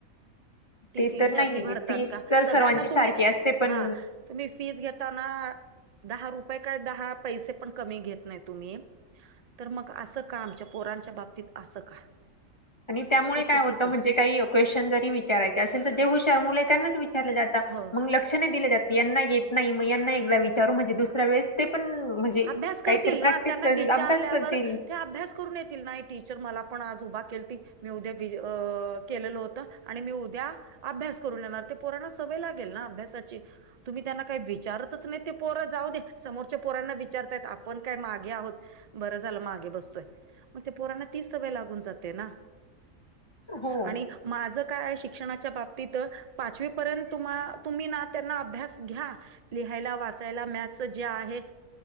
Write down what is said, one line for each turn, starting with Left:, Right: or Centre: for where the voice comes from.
Right: ती
Left: ते
Right: फीज
Left: तर
Right: जास्ती
Left: नाहीये
Right: भरतात
Left: फीस
Right: का?
Left: तर
Right: सगळ्यांना
Left: सर्वांची सारखी
Right: तुम्ही
Left: असते पण
Right: हा तुम्ही फीस घेताना दहा रुपये काय दहा पैसे पण कमी घेत नाही तुम्ही? तर मग असं का? आमच्या पोरांच्या बाबतीत असं का?
Left: आणि त्यामुळे
Right: हे चुकीचं
Left: काय होतं म्हणजे काही क्वेशन जरी विचारायचे असेल तर जे हुशार मुले त्यांनाच विचारले जात
Right: आहे हो
Left: मग लक्ष नाय दिले जात येत नाही एकदा विचारू म्हणजे दुसऱ्या वेळेस ते पण
Right: अभ्यास करतील
Left: काहीतरी प्रॅक्टिस
Right: ना त्यांना
Left: करतील
Right: विचारल्यावर
Left: अभ्यास करतील
Right: ते अभ्यास करून येतील ना? टीचर मला पण आज उभा केलती मी उद्या केलेलं होत आणि मी उद्या अभ्यास करून येणार ते पोरांना सवय लाग <unintelligible> अभ्यासाची तुम्ही त्यांना काही विचारतच नाही ते पोरं जाऊ दे समोरच्या पोरांना विचारताय आपण काय मागे आहोत बरं झालं मागे बसतोय मग ते पोरांना तीच सवय लागून जाते ना
Left: हो
Right: आणि माझं काय शिक्षणाच्या बाबतीत पाचवी पर्यंत तुम्हा तुम्ही ना त्यांना अभ्यास घ्या लिहायला वाचायला मॅथच जे आहे